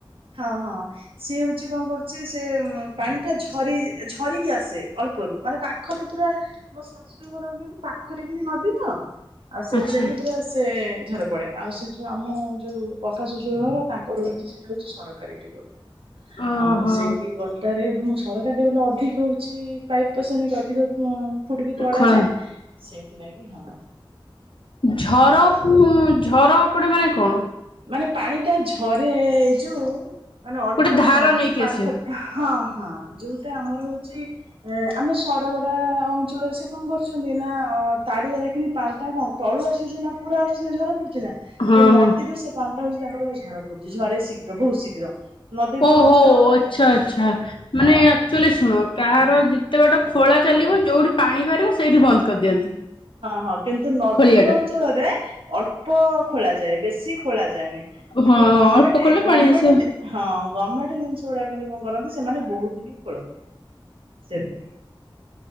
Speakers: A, on the right (about 75°); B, on the left (about 65°).
A: ହଁ ହଁ ସିଏ ହଉଚି ଙ୍କ କରୁଚି ସେ ପାଣି ଟା ଝରି ଝରିକି ଆସେ ଅଳ୍ପ ମାନେ ପାଖରେ ପୁରା ମୋ ଶାଶୁ ଘର ମାନେ ପାଖରେ କି ନଦୀ ତ। ଆଉ ସେଇଥିଲାଗି
B: ଆଚ୍ଛା।
A: ପୁରା ସେ ପଡେ ଆଉ ସେ ଯୋଉ ଆମ ଯୋଉ ପକା ଶ୍ୱଶୁର ଘର ତାଙ୍କ ରହିଛି ସେଇଟା ହଉଛି ସରକାରୀ ଟିିଓଲ।
B: ଓହୋ
A: ଆଉ ସେଇ ଟିଓଲା ଟା ହଁ ସରକାର ଯାଉଟା ଅଧିକ ହଉଚି ପାଇପ ପୋସାନିକା ଅଧିକ କଣ ଫୁଟ୍ ବି ତଡ଼ା
B: ଖୋ
A: ଯାଏ ସେଇଥିପାଇଁ କି ହଁ।
B: ଝର
A: ତାଙ୍କର ସେଇଥି
B: ଉଁ ଝର ପଡି ମାନେ କଣ?
A: ମାନେ ପାଣି ଟା ଝରେ ଏଇ ଯୋଉ ମାନେ ଅଳ୍ପରେ
B: ଗୋଟେ ଧାର
A: ନଦୀ
B: ନେଇକି
A: ପାଖରେ
B: ଆସେ
A: ହଁ। ହଁ ଯୋଉଟା ଆମର ହଉଚି ଆମେ ସରଗଡା ଅଞ୍ଚଳରେ ସେ କଣ କରୁଚନ୍ତି ନା ହ ତାଡିହେରାଖିନୀ ପାଲଟା କଣ ତଳୁ ଆସୁଛି ନା ପୁରା ଆସୁଚି ନା ଝର କିନା
B: ହଁ
A: ଇଏ ନଦୀରୁ
B: ହଁ।
A: ସେ ପାଣିଟା ହଉଚି ତାଙ୍କର ଝାର ପଡୁଛି ଝରେ ଶୀଘ୍ର ବହୁତ ଶୀଘ୍ର। ନଦୀ କୂଳ
B: ଓହୋ
A: ଅଞ୍ଚଳ
B: ଆଛା ଆଛା ମାନେ
A: ହଁ
B: ଆକ୍ଚୁଲି ଶୁଣ କାହାର ଯେତେ ବାଟ ଖୋଳା ଚାଲିବ ଯୋଉଠି ପାଣି ବାହାରିବ ସେଇଟି ବନ୍ଦ କରିଦିଅନ୍ତି।
A: ହଁ ହଁ କିନ୍ତୁ ନଦୀ
B: ଖୋଳିଆ
A: କୂଳ
B: ଟା
A: ଅଞ୍ଚଳରେ ଅଳ୍ପ ଖୋଳା ଯାଏ ବେଶୀ ଖୋଳା ଯାଏନି କିନ୍ତୁ
B: ହଁ
A: ଗମେଣ୍ଟ
B: ଅଳ୍ପ ଖୋଳିଲେ
A: ଗମେଣ୍ଟ
B: ପାଣି ଆସିବ।
A: ହଁ ଗମେଣ୍ଟ ଜିନିଷ ଗୋଡାକ କରନ୍ତି ସେମାନେ ବହୁତ ହିଁ ଖୋଳନ୍ତି।